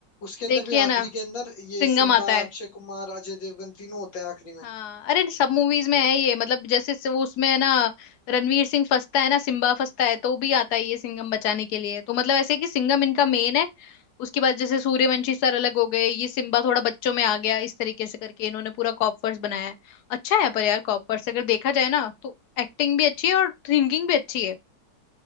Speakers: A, on the left; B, on the left.
A: उसके अंदर
B: देखिए
A: भी
B: ना
A: आखिरी के अंदर ये
B: सिंघम
A: सिम्बा
B: आता है
A: अक्षय कुमार अजय देवगन तीनों होते हैं आखिरी में
B: हाँ अरे सब मूवीज में है ये मतलब जैसे से वो उसमें है ना रणवीर सिंह फंसता है ना सिम्बा फंसता है तो भी आता है ये सिंघम बचाने के लिए तो मतलब ऐसे है कि सिंघम इनका मेन है उसके बाद जैसे सूर्यवंशी सर अलग हो गए ये सिम्बा थोड़ा बच्चों में आ गया इस तरीके से करके इन्होंने पूरा कॉपवर्स बनाया है अच्छा है पर यार कॉपवर्स अगर देखा जाए ना तो एक्टिंग भी अच्छी है और थिंकिंग भी अच्छी है